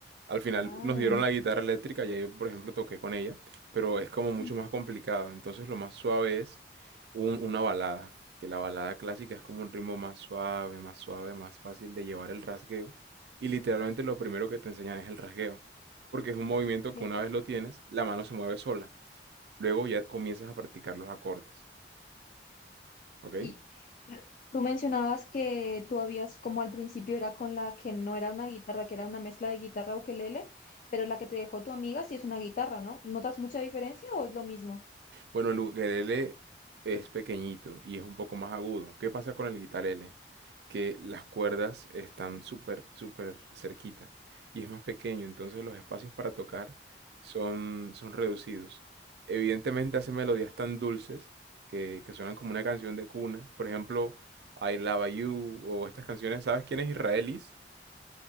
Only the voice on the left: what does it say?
Claro.
Ujú.
Ok.
Y eh, tú mencionabas que tú habías, como al principio era con la que no era una guitarra, que era una mezcla de guitarra ukelele, pero la que te dejó tu amiga sí es una guitarra, ¿no? ¿Notas mucha diferencia o es lo mismo?